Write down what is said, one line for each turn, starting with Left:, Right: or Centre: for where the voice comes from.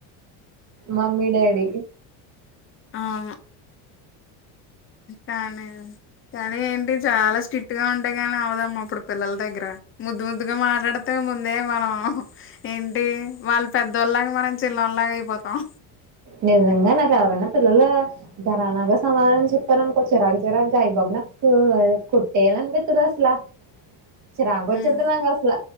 Right: మమ్మీ డాడీ
Left: అవును కానీ కానీ ఏంటి చాలా స్ట్రిక్ట్‌గా ఉంటే కాని అవదమ్మా ఇప్పుడు పిల్లల దగ్గర ముద్దు ముద్దుగా మాట్లాడితే ముందే మనం ఏంటి వాళ్ళు పెద్దోళ్ళలాగా మనం చిన్నోళ్ళలాగా అయిపోతాం
Right: ననిజంగా నాకు ఎవరన్నా పిల్లలు ఘరానాగా సమాధానం చెప్పారు అనుకో చిరాకు చిరాకుగా ఐబాబోయ్ నాకు కొట్టేయాలి అనిపిత్తది అసలా చిరాకు
Left: హ్మ్.
Right: వచ్చేద్ది నాకు అసల